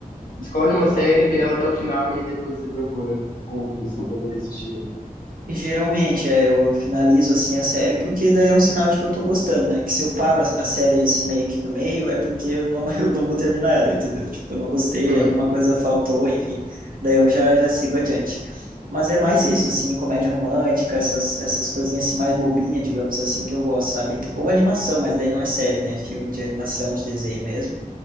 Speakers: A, on the left; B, on the right.
A: escolhe uma série, vê ela até o final e aí depois você procura outra assim para poder assistir?
B: Geralmente, é, eu finalizo assim a série porque daí é um sinal de que eu tô gostando, né? Que se eu paro a a série assim meio que no meio é porque eu não, <laughs> eu não vou terminar ela, entendeu? Tipo, eu não gostei,
A: Hum.
B: alguma coisa faltou, enfim. Daí eu já, já sigo adiante. Mas é mais isso, assim, comédia romântica, essas, essas coisinhas assim mais bobinha, digamos assim, que eu gosto, sabe? Ou animação, mas daí não é série, né? Filme de animação, de desenho mesmo.